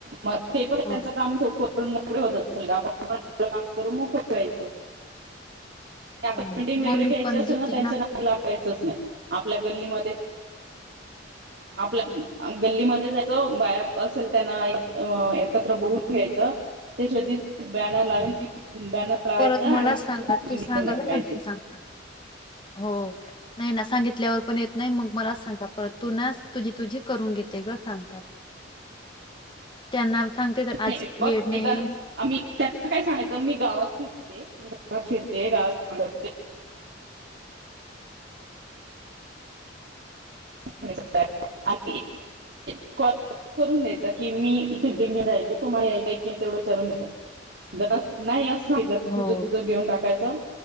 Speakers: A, on the right; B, on the left.
A: मग ते पण
B: मग
A: त्यांचं काम <unintelligible> मोकळे होतात <unintelligible> आपण काम करून मोकळे व्हायचं. आता
B: मग
A: मीटिंग
B: मग
A: वगैरे
B: मी
A: घ्यायची
B: पण
A: असेल
B: गेलते
A: ना त्यांच्या नादी लागायचचं नाही. आपल्या गल्लीमध्ये आपल्या गल्लीमध्ये जायतो, बाया असेल त्यांना एक एकत्र बोलवून घ्यायचं. तेच लगीच बॅनर लावेन
B: हो.
A: ती बॅनर लावायचा
B: परत मलाच
A: आणि
B: सांगा तू
A: घेऊन
B: सांगत
A: टाकायची.
B: नाही सांगता हो. नाही ना. सांगितल्यावर पण येत नाही, मग मलाच सांगातात परत, तु ना तुझी तुझी करून घेते ग सांगतात.
A: <inaudible>
B: त्यांना सांगते तर, आज
A: नाही, बघ
B: वेळ नाही.
A: एकदा ना आम्ही त्यांना काय सांगयचं, मी गावाची मी गावात फिरते गावातां <inaudible> <inaudible> आणि कॉल करून द्यायचा की, मी <unintelligible> राहिले. तुम्हा यायचयं का नाही? तेवढं विचारून घेतात. ज नाही असं <unintelligible> की,
B: हो
A: तुझं तुझं घेऊन टाकायचं,